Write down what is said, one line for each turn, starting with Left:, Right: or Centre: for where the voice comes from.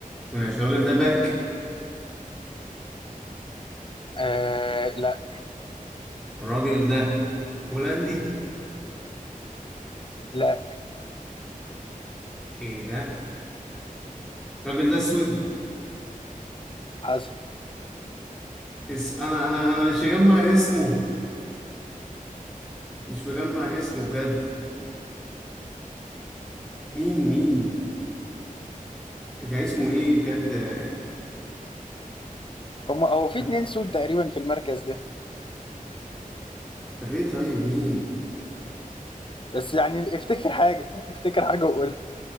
Centre: ماشي الراجل ده باك
Left: آه لا
Centre: الراجل ده هولندي
Left: لا
Centre: ايه ده الراجل ده اسود
Left: حصل
Centre: اس... انا انا انا مش مجمع اسمه مش مجمع اسمه بجد مين مين كان اسمه ايه بجد آه،
Left: هما هو في
Centre: طب
Left: اتنين سود تقريبا في المركز ده
Centre: طب ايه طيب مين
Left: بس يعني افتكر حاجة <laughs> افتكر حاجة وقولها